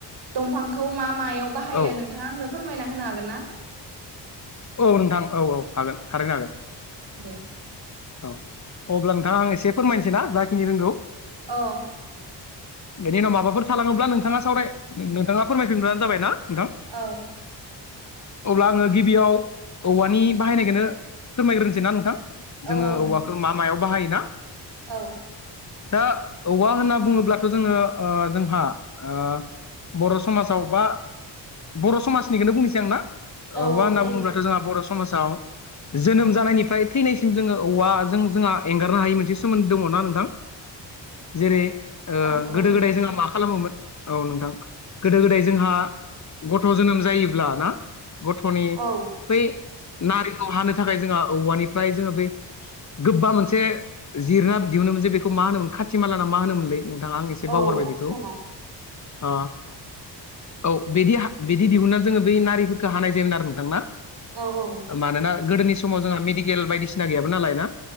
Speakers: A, on the right; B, on the left.
A: दंफांखौ मा मायाव बाहायो
B: औ
A: नोंथाङा आंनो फोरमायना होनो हागोन ना?
B: औ नोंथां औ औ हागोन थारैनो हागोन।
A: दे
B: औ अब्ला नोंथां आं एसे फोरमायनोसै ना जाखिनि रोंगौ
A: औ
B: बेनि उनाव माबाफोर थालाङोब्ला नोंथाङा सावराय नोंथाङा फोरमायफिनब्लानो जाबाय ना नोंथां
A: औ
B: अब्ला आङो गिबियाव औवानि बाहायनायखोनो फोरमायग्रोनसैना नोंथां।
A: औ
B: जोङो
A: नोंथां
B: औवाखो मा मायाव बाहायोना
A: औ
B: दा औवा होनना बुङोब्लाथ' जोङो ओ जोंहा ओ बर' समाजाव बा बर' समाजनिखोनो बुंसै आं ना?
A: औ
B: औवा
A: औ
B: होनना
A: जायो
B: बुङोब्लाथ' जोंहा बर' समाजाव जोनोम जानायनिफ्राय थैनाय थिं जोङो औवा जों जोंहा एंगारनो हायै मोनसे सोमोन्दो दङ' ना नोंथां जेरै ओ
A: औ नंगौ
B: गोदो
A: नोंथां
B: गोदाय जोंहा मा खालामोमोन औ नोंथां। गोदो गोदाय जोंहा गथ' जोनोम जायोब्ला ना गथ'नि
A: औ
B: बै नारिखौ हानो थाखाय जोंहा औवानिफ्राय जोङो बै गोबा मोनसे जिरना दिहुनो मोन जे बेखौ मा होनोमोन खाथि माला ना मा होनोमोनलै? नोंथां आं एसे
A: औ
B: बावगारबाय
A: खाथिमाला
B: बेखौ। आ औ बिदि हा बिदि दिहुनना जोङो बै नारिफोरखौ हानाय जायोमोन आरो नोंथांना।
A: औ औ
B: मानोना गोदोनि समाव जोंहा मेडिकेल बायदिसिना गैयामोन नालाय ना।